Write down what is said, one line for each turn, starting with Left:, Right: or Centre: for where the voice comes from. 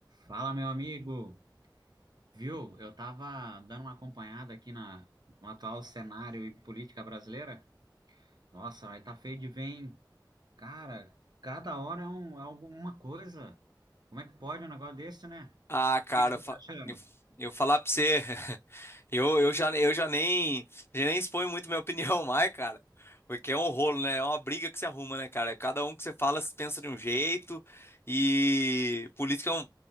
Right: Fala, meu amigo. Viu? Eu tava dando uma acompanhada aqui na, no atual cenário e política brasileira. Nossa, vai tá feio de ver, hein? Cara, cada hora é, um, é alguma coisa. Como é que pode um negócio desse, né? O
Left: Ah, cara,
Right: que que você
Left: eu, fa-
Right: tá achando?
Left: eu, eu falar pra você, <laughs> eu, eu já, eu já nem, já nem exponho muito minha <laughs> opinião mais, cara. Porque é um rolo, né? É uma briga que se arruma, né, cara? Cada um que você fala, se pensa de um jeito. E política é um